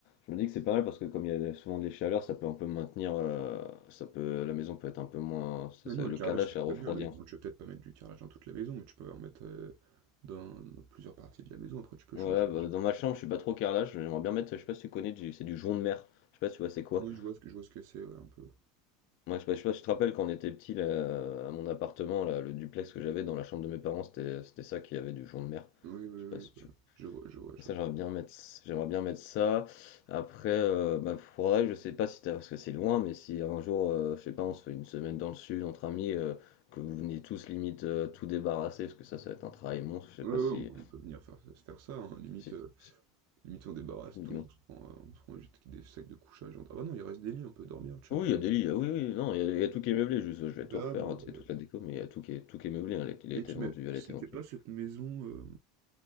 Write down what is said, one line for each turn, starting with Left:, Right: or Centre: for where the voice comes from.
Left: je me dis que c'est pas mal parce que comme il y a souvent des chaleurs, ça peut un peu maintenir, euh, ça peut, la maison peut être un peu moins, c'est
Right: Ouais,
Left: ça,
Right: non,
Left: le
Right: le carrelage,
Left: carrelage,
Right: c'est
Left: ça refroidit.
Right: très bien, le
Left: un
Right: bon, tu vas peut-être pas mettre du carrelage dans toute la maison, mais tu peux en mettre, heu, dans dans plusieurs parties de la maison. Après, tu peux
Left: peu.
Right: changer.
Left: Ouais, bah, dans ma chambre, je suis pas trop carrelage, j'aimerais bien mettre, je sais pas si tu connais, du- c'est du jonc de mer, je sais pas si tu vois c'est quoi.
Right: Moi, je vois ce que je vois ce que c'est, ouais, un peu.
Left: Moi, je sais pas, je sais pas si tu te rappelles quand on était petit là, à mon appartement, là, le duplex que j'avais dans la chambre de mes parents, c'était, c'était ça qui avait du jonc de mer.
Right: Oui, oui,
Left: Je
Right: oui,
Left: sais pas si tu
Right: voilà. Je vois, je vois, je
Left: Ça,
Right: vois.
Left: j'aimerais bien mettre, j'aimerais bien mettre ça. Après, euh, bah, faudrait, je sais pas si t'as, parce que c'est loin, mais si un jour, euh, je sais pas, on se fait une semaine dans le sud entre amis, euh, que vous venez tous limite euh, tout débarrasser, parce que ça, ça va être un travail monstre. Je sais
Right: Ouais,
Left: pas
Right: ouais,
Left: si,
Right: on peut on peut venir faire ça- se faire ça, hein, Limite,
Left: si,
Right: euh,
Left: si-
Right: limite on débarrasse
Left: dis-moi.
Right: tout, on se prend, euh, on se prend juste des sacs de couchage. on- Ah bah non, il reste des lits, on peut dormir, tu
Left: Oui,
Right: vois. Enfin,
Left: il y a des lits, ah oui, oui, non, il y, a il y a tout qui est meublé, juste, je vais
Right: on verra,
Left: tout refaire,
Right: mais,
Left: hein, tu
Right: euh,
Left: sais, toute la déco, mais il y a tout qui est, tout qui est meublé, hein, elle a- il
Right: mais
Left: a été
Right: tu
Left: vendu,
Right: m'as-
Left: elle
Right: c'était
Left: a été vendue.
Right: pas cette maison, euh,